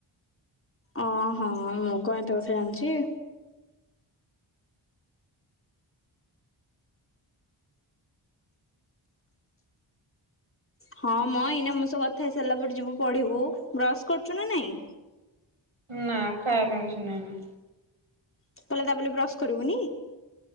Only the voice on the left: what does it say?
ଓ ହୋ ମୁଁ କଁ ଏତେ କଥା ଜାଣିଛି। ହଁ ମ ଏଇନା ମୋ ସହ କଥା ହେଇ ସାରିଲା ପରେ ଯିବୁ ପଢିବୁ ବ୍ରସ୍ କରୁଛୁ ନା ନାଇଁ?
ତାହେଲେ ତା ବୋଲି ବ୍ରସ୍ କରିବୁନି?